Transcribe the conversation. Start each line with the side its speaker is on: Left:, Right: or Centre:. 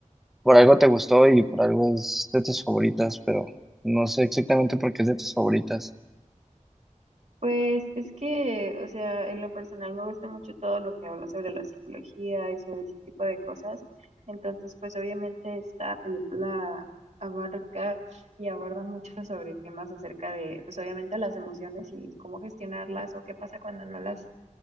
Centre: Por algo te gustó y por algo es de tus favoritas, pero no sé exactamente por qué es de tus favoritas.
Right: Pues es que, o sea, en lo personal me gusta mucho todo lo que habla sobre la psicología y sobre ese tipo de cosas. Entonces, pues obviamente esta película abarca y aborda mucho sobre temas acerca de, pues obviamente las emociones y cómo gestionarlas o qué pasa cuando no las